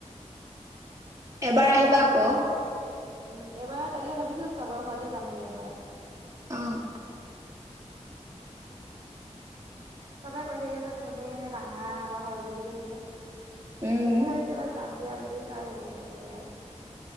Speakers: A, on the right (about 25°); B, on the right (about 50°).
A: <inaudible> আহিবা
B: ঘৰত
A: আকৌ
B: মানে উম এইবাৰ তাকে ভাবিছো চবৰ ঘৰতে যাম মানে এবাৰ
A: আহঁ
B: চবে কৈ থাকে যে তুমি নাহা বামাৰ ঘৰলৈ বুলি কৈ থাকে তাকে
A: উম,
B: ভাবিছে এইবাৰ যাম দিয়া বুলি কৈছো আৰু সিহঁতক চবকে আৰু